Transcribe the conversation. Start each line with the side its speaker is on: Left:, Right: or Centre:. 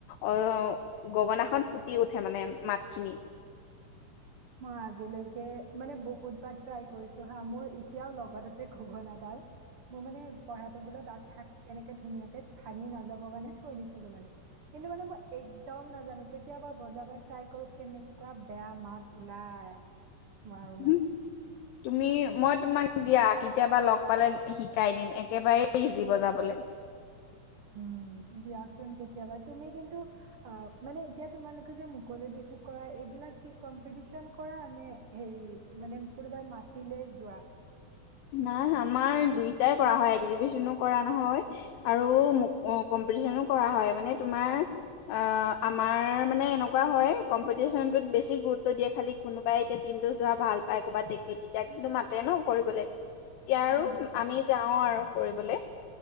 Left: অ' গগনা খন ফুটি উঠে মানে মাত খিনি
Right: মই আজিলৈকে মানে বহুত বাৰ ট্ৰাই কৰিছোঁ হা মোৰ এতিয়াও লগত আছে গগনাডাল মোৰ মানে পঢ়া টেবুলত আ থাক এনেকে ধুনীয়াকে ভাঙি নাযাবৰ কাৰণে থৈ দিছিলোঁ মানে কিন্তু মানে মই এই একদম নাজানো কেতিয়াবা বজাব ট্ৰাই কৰো কেনেকুৱা বেয়া মাত ওলাই নোৱাৰো
Left: উ
Right: মানে।
Left: তুমি মই তোমাক দিয়া আঁকি কেতিয়াবা লগ পালে শিকাই দিম একেবাৰেই ইজি বজাবলে।
Right: উ' দিয়াচোন কেতিয়াবা তুমি কিন্তু অ' মানে এতিয়া তোমালোকে যে মুকলি বিহু কৰা এইবিলাক কি কম্পিটিশন কৰা নে হেৰি মানে কোনোবাই মাতিলে যোৱা
Left: নাই আমাৰ দুইটাই কৰা হয় এক্জিবিশনো কৰা নহয় আৰু কম্পিটিশনো কৰা হয় মানে তোমাৰ অ' আমাৰ মানে এনেকুৱা োৱা হয় <unintelligible> কম্পিটিচনটোত বেছি গুৰুত দিয়া <unintelligible> খালি কোনোবাই এতিয়া টিমটো ধৰা ভাল পাই কৰ'ৰবাত দেখে তেতিয়া কিন্তু মাতে ন কৰিবলে এতিয়া আৰু
Right: উম,
Left: আমি যাওঁ আৰু কৰিবলে